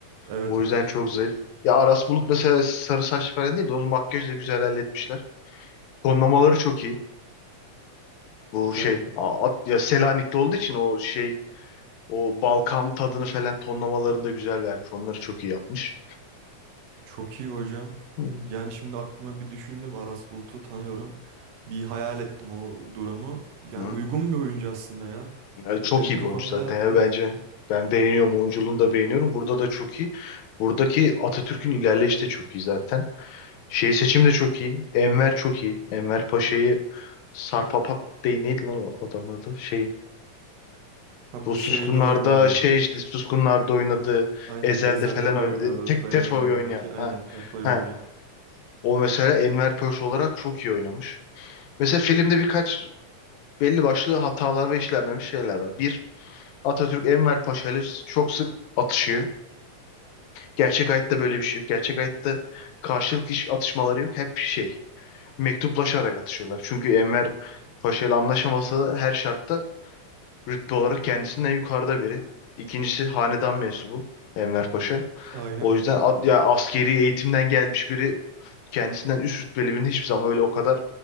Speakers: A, on the right; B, on the left.
A: evet
B: O
A: evet.
B: yüzden çok zayıf. Ya Aras Bulut mesela sarı saç falan değil de onu makyajla güzel halletmişler. Tonlamaları çok iyi. Bu
A: Ya
B: şey a- at, ya Selanik'te olduğu için o şey o Balkan tadını falan tonlamalarında güzel vermiş. Onları çok iyi yapmış.
A: Çok iyi hocam.
B: Hmm.
A: Yani şimdi aklıma bir düşündüm. Aras Bulut'u tanıyorum. Bir hayal ettim o durumu. Yani
B: Hı.
A: uygun bir oyuncu aslında ya.
B: Ya çok
A: Bu Benim
B: iyi
A: kafamda
B: bir oyuncu zaten
A: yattı.
B: ya bence. Ben beğeniyorum oyunculuğunu da beğeniyorum. Burada da çok iyi. Buradaki Atatürk'ün ilerleyişi de çok iyi zaten. Şey seçim de çok iyi. Enver çok iyi. Enver Paşa'yı Sarpapat değil neydi lan o adamın adı? Şey
A: Ha
B: bu
A: bu
B: Suskunlar'da
A: şeyde oynuyordu.
B: şey işte Suskunlar'da oynadı.
A: Aynen
B: Ezel'de
A: Ezel'de
B: falan
A: de
B: oynadı.
A: oynuyordu
B: E, Tek
A: dayının
B: Tefo'yu
A: yanındaki.
B: oynayan.
A: Aynen
B: Ha.
A: Tefo'yu
B: Ha.
A: oynayan.
B: O mesela Enver Paşa olarak çok iyi oynamış. Mesela filmde birkaç belli başlı hatalar ve işlenmemiş şeyler var. Bir Atatürk Enver Paşa ile çok sık atışıyor. Gerçek hayatta böyle bir şey yok. Gerçek hayatta karşılıklı hiç atışmaları yok. Hep şey mektuplaşarak atışıyorlar. Çünkü Enver Paşa ile anlaşamasa da her şartta rütbe olarak kendisinden yukarıda biri. İkincisi hanedan mensubu Enver Paşa.
A: Aynen.
B: O yüzden ad- ya askeri eğitimden gelmiş biri kendisinden üst rütbeli birinin hiçbir zaman öyle o kadar